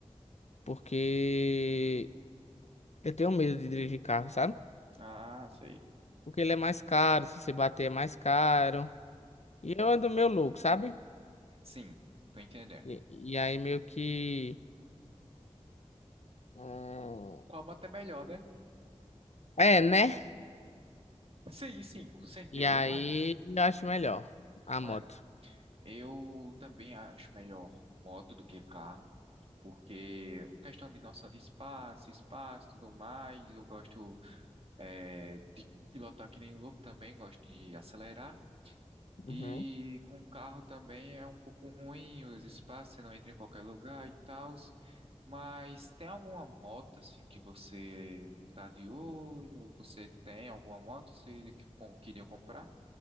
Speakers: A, on the left; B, on the right.
A: porque eu tenho medo de dirigir carro, sabe?
B: Ah, sei.
A: Porque ele é mais caro, se você bater é mais caro. E eu ando meio louco, sabe?
B: Sim, tô entendendo.
A: E, e aí meio que. hum,
B: Qual moto é melhor, né?
A: é, né?
B: Sim, sim, com certeza,
A: E aí
B: mano.
A: eu acho melhor a
B: Mano,
A: moto.
B: eu também acho melhor moto do que carro, porque questão de noção de espaço, espaço, tudo mais. Eu gosto É, de pilotar que nem louco também, gosto de acelerar. E
A: Uhum.
B: com o carro também é um pouco ruim os espaços, você não entra em qualquer lugar e tal. Mas tem alguma moto assim que você tá de olho? Ou Você tem alguma moto que você que com- queria comprar?